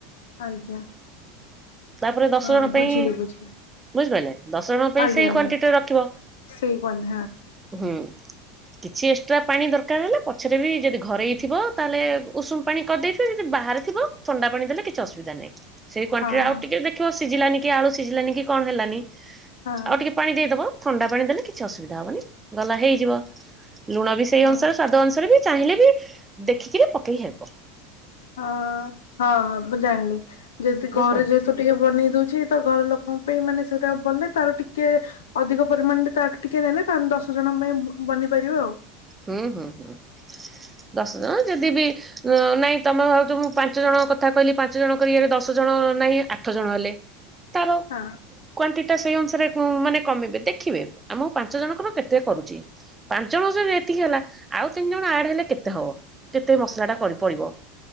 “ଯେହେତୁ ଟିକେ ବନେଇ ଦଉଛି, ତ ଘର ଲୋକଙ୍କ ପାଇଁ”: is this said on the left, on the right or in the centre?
Left